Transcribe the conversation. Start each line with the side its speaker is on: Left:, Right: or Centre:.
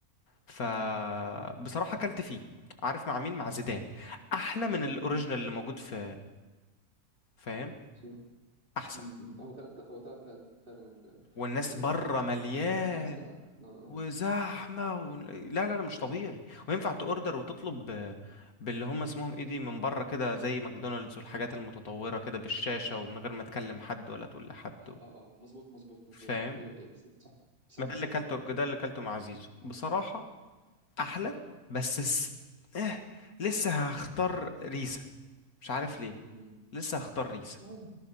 Left: فبصراحة
Right: أمم،
Left: اكلت فيه عارف مع مين مع زيدان احلى من الاوريجينال
Right: أمم،
Left: اللي موجود في فاهم
Right: أصلاً.
Left: احسن
Right: أمم، أمم. هو فعلا هو فعلا فعلا فعلاً ال-
Left: والناس
Right: آه،
Left: بره مليان
Right: النحاس ده آه.
Left: وزحمه و... لا لا لا مش طبيعي وينفع تأوردر
Right: مم.
Left: وتطلب ب... باللي هم اسمهم ايه دي من بره كده زي ماكدونالدز والحاجات المتطوره كده بالشاشه ومن غير ما تكلم حد ولا تقول لحد
Right: اه
Left: و...
Right: اه اه مظبوط مظبوط مظبوط
Left: فاهم
Right: هو صح صح صح,
Left: ما ده
Right: صح.
Left: اللي كلته ده اللي كلته مع زيزو بصراحه
Right: آه.
Left: احلى بس س... اه لسه هختار ريسا مش عارف ليه
Right: مم.
Left: لسه هختار ريسا
Right: لا